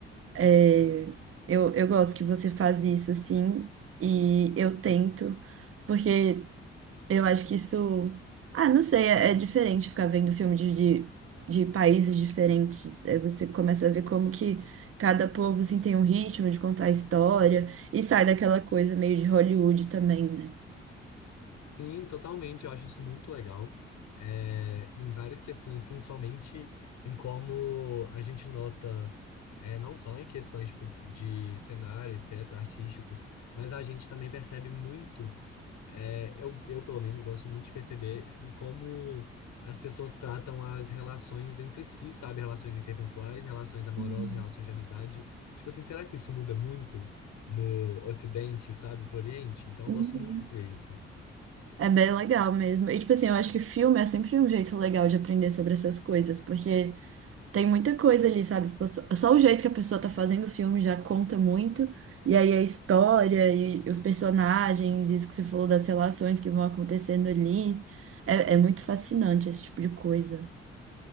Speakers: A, on the right; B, on the left.
A: É, eu, eu gosto que você faz isso, assim, e eu tento, porque. Eu acho que isso. Ah, não sei, é, é diferente ficar vendo filme de, de, de países diferentes. Aí você começa a ver como que cada povo assim, tem um ritmo de contar a história e sai daquela coisa meio de Hollywood também, né?
B: sim, totalmente. Eu acho isso muito legal. É, em várias questões, principalmente em como a gente nota, é, não só em questões tipo, de de cenário, etc., artísticos, mas a gente também percebe muito. É, eu, eu, pelo menos, gosto muito de perceber em como as pessoas tratam as relações entre si, sabe? Relações interpessoais, relações amorosas,
A: Uhum.
B: relações de amizade. Tipo assim, será que isso muda muito no Ocidente, sabe? Pro Oriente? Então,
A: Uhum.
B: eu gosto muito de perceber isso.
A: É bem legal mesmo. E, tipo assim, eu acho que filme é sempre um jeito legal de aprender sobre essas coisas, porque. Tem muita coisa ali, sabe? Tipo, só, só o jeito que a pessoa tá fazendo o filme já conta muito. E aí a história e os personagens, isso que você falou das relações que vão acontecendo ali. É, é muito fascinante esse tipo de coisa.